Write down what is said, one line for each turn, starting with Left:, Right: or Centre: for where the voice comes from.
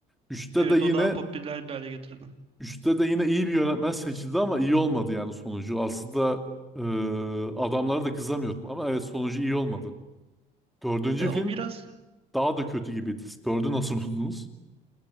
Centre: Üçte
Right: Evet
Centre: de yine
Right: o daha popüler bir hale getirdi.
Centre: Üçte de yine iyi bir yönetmen seçildi ama iyi olmadı yani sonucu. Aslında e, adamlara da kızamıyordum ama evet sonucu iyi olmadı. Dördüncü
Right: Ya
Centre: film
Right: o biraz
Centre: daha da kötü gibiydi. Dördü nasıl buldunuz?